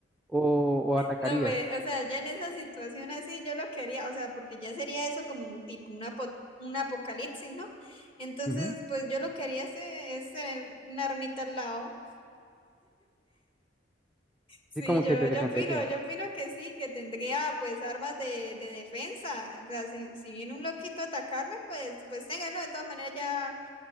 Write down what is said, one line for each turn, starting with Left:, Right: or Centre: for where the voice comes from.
Centre: ¿O, o atacarías?
Left: No, ve, o sea, ya en esa situación así, yo lo que haría, o sea, porque ya sería eso como tipo un apo- un apocalipsis, ¿no? Entonces,
Centre: Ujú.
Left: pues yo lo que haría es, eh, es tener una ermita al lado Sí,
Centre: Así como
Left: yo,
Centre: que te
Left: yo
Centre: defenderías.
Left: opino, yo opino que sí, que tendría pues armas de, de defensa. O sea, si, si viene un loquito a atacarme, pues, pues tenga, ¿no? De todas maneras ya,